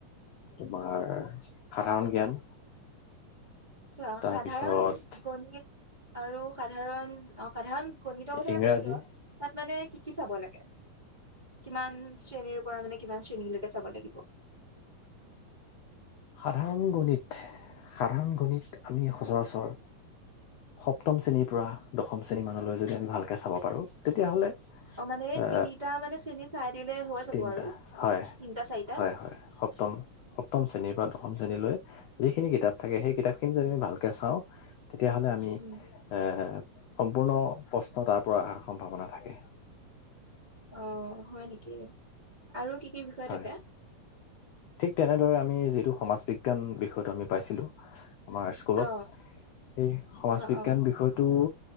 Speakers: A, on the left (about 70°); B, on the right (about 15°).
A: তোমাৰ সাধাৰণ জ্ঞান,
B: আচ্ছা
A: তাৰপিছত
B: সাধাৰণ গণিত আৰু সাধাৰণ অ' সাধাৰণ গণিতৰ কথাকে
A: ইংৰাজী
B: কৈছো ধৰ। তাত মানে কি কি চাব লাগে? কিমান শ্ৰেণীৰ পৰা, মানে কিমান শ্ৰেণীলৈকে চাব লাগিব।
A: সাধাৰণ গণিত, সাধাৰণ গণিত আমি সচৰাচৰ সপ্তম শ্ৰেণীৰ পৰা দশম শ্ৰেণী মানলৈ যদি আমি ভালকৈ চাব পাৰোঁ। তেতিয়াহ'লে
B: অ মানে
A: এ
B: তিনিটা মানে শ্ৰেণী চাই দিলে হৈ যাব
A: তিনটা
B: আৰু
A: হয়-হয়-হয়
B: তিনিটা চাৰিটা
A: সপ্তম-সপ্তম শ্ৰেণীৰ, দশম শ্ৰেণীলৈ যিখিনি কিতাপ থাকে,
B: উম
A: সেই কিতাপখিনি যদি ভাল কে চাওঁ, তেতিয়াহ'লে আমি
B: উম
A: এ সম্পূৰ্ণ প্ৰশ্নতাৰ পৰা অহাৰ সম্ভাৱনা থাকে।
B: অ' হয় নেকি? আৰু কি কি বিষয়
A: হয়
B: থাকে।
A: ঠিক তেনেদৰে আমি যিটো সমাজ বিজ্ঞান বিষয়টো আমি পাইছিলো, আমাৰ স্কুলত
B: অ
A: সেই সমাজ
B: অ
A: বিজ্ঞান
B: অ
A: বিষয়টো,